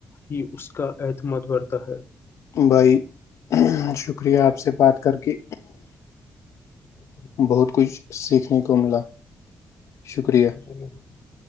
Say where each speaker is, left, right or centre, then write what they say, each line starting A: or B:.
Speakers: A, on the left; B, on the left.
A: ہی اس کا اعتماد بڑھتا ہے
B: بھائی شکریہ آپ سے بات کر کے
A: ہ <inaudible>
B: بہت کچھ سیکھنے کو ملا شکریہ
A: جی <inaudible>